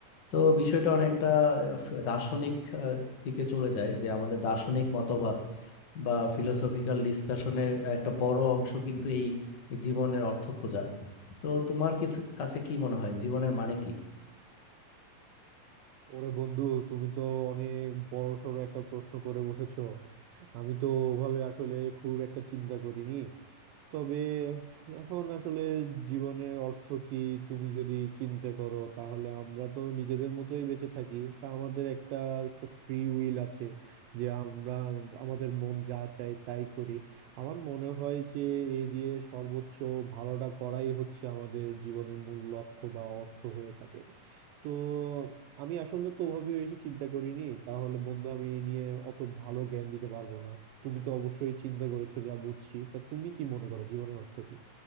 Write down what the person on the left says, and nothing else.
তো বিষয়টা অনেকটা আহ, ফ- দার্শনিক আহ, দিকে চলে যায় যে আমাদের দার্শনিক মতবাদ বা ফিলোসফিক্যাল ডিসকাশনের একটা বড় অংশ কিন্তু এই জীবনের অর্থ খোঁজা তো তোমার কিছু কাছে কি মনে হয় জীবনের মানে কি